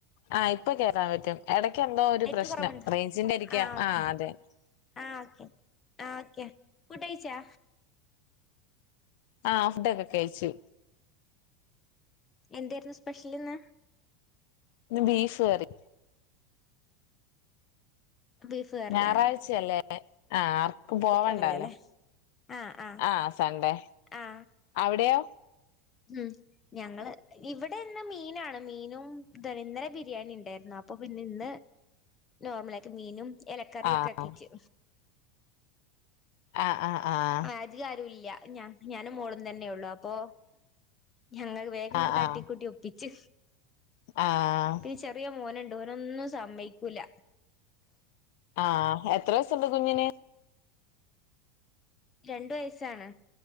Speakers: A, on the left; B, on the left.
A: ആ ഇപ്പൊ കേക്കാൻ പറ്റും എടയ്ക്ക് എന്തോ ഒരു
B: നെറ്റ്
A: പ്രശ്നം
B: കുറവുണ്ടോ
A: റേഞ്ചിന്റെ ആരിക്കാം
B: ഓക്കെ
A: ആ അതെ
B: ആഹ് ഓക്കെ ആ ഓക്കെ ഫുഡ്ഡ് കഴിച്ചാ
A: ആഹ് ഫുഡൊക്കെ കഴിച്ച്
B: എന്തായിരുന്നു സ്പെഷ്യല് ഇന്ന്
A: ഇന്ന് ബീഫ് കറി
B: ബീഫ് കറി
A: ഞായറാഴ്ചയല്ലേ
B: ആഹ്
A: ആഹ് ആർക്കും പോവണ്ടാല്ലോ
B: ആണല്ലോ അല്ലെ ആ ആ
A: ആഹ് സൺഡേ
B: ആ
A: അവിടെയോ
B: ഉം ഞങ്ങള് ഇവിടെ ഇന്ന് മീനാണ് മീനും <unintelligible> ഇന്നലെ ബിരിയാണി ഇണ്ടായിരുന്നു അപ്പൊ പിന്നെ ഇന്ന് നോർമലായിട്ട് മീനും എലക്കറിയൊക്കെ
A: ആഹ്
B: ആക്കീട്ട്
A: ആഹ് ആഹ് ആഹ്
B: അതികാരൂല്ല ഞ ഞാനും മോളും തന്നൊള്ളു അപ്പൊ ഞങ്ങള് വേഗങ്ങട്
A: ആഹ്
B: തട്ടിക്കൂട്ടി ഒപ്പിച്ച്.
A: ആഹ് ആഹ്
B: പി ചെ റിയ മോന്ണ്ട് ഓനൊന്നും സമ്മയ്ക്കൂല.
A: ആഹ് എത്ര വയസ്സ്ണ്ട് കുഞ്ഞിന്?
B: രണ്ട് വയസ്സാണ്.